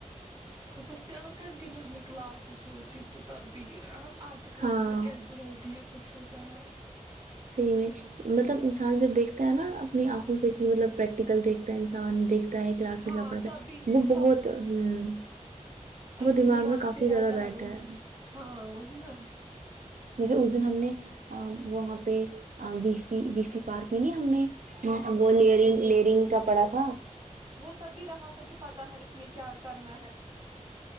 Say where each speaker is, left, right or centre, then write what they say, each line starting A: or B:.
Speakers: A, on the right; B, on the right.
A: اوپر سے اگر کنٹنیو ہمیں کلاسز ہوتی تو تب بھی ہم آدتی کی کلاس
B: ہاں
A: پ کینسل ہوتی ہے کچھ ہوتا ہے
B: سحی میں مطلب انسان جب دیکھتا ہے نا اپنی آنکھوں سے کہ مطلب پریکٹیکل دیکھتا ہے انسان دیکھتا ہے کلاس
A: ہاں
B: میں کا پڑتا
A: تبھی
B: ہے وہ
A: سم
B: بہت ہ
A: اینڈ
B: وہ دماغ
A: پھر یاد
B: میں کافی
A: بھی رہتا
B: زیادہ بیٹھا
A: بہت
B: ہے
A: ہاں وہی نا
B: ج اس دن ہم نے وہ پ بی س بی سی پارک میں نہیں ہم نے وہنگرنگ کا پڑا تھا
A: تب بھی رہا تھا کہ پ تا ہے اس میں کیا کرنا ہے